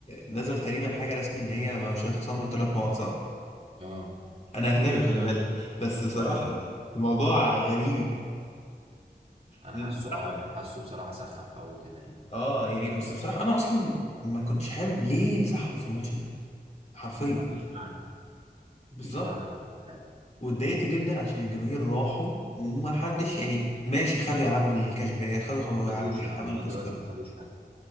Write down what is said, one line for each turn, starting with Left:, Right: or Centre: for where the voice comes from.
Left: نزل تقريبا حاجة رسمي ان هي مش هتخصم له ثلاث نقط صح
Right: اه
Left: انا اهلاوي خلي بالك بس بصراحة
Right: وانا برضه
Left: الموضوع غريب
Right: انا
Left: <laughs>
Right: حاسه اه يعني حاسه بصراحه سخف قوي كده يعني
Left: اه يعني بس بصراحة انا اصلا ما كنتش حابب ليه انسحبوا في الماتش ده حرفيا
Right: ما فيش معنى ما
Left: بالظبط
Right: فيش معنى للانتخاب
Left: واتضايقت جدا عشان الجماهير راحوا وما حدش يعني ماشي خدوا يا عم الكاش باك خدوا خدوا
Right: ما خدوش
Left: يا عم
Right: يا عم
Left: تمن
Right: لغايه
Left: التذكرة
Right: دلوقتي ما خدوش حاجه